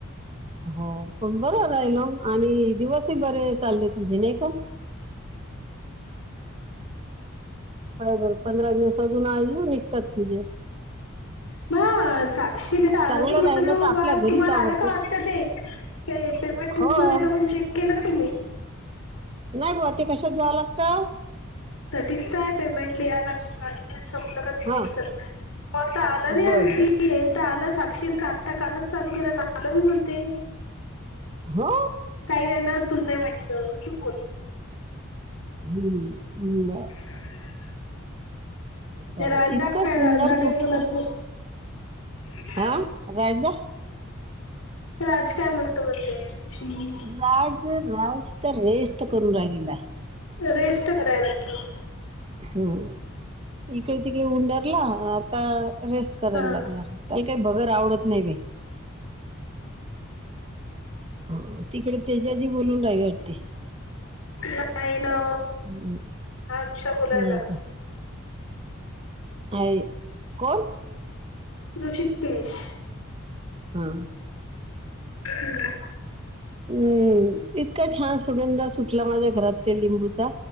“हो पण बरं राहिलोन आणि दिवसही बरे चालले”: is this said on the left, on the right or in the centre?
Right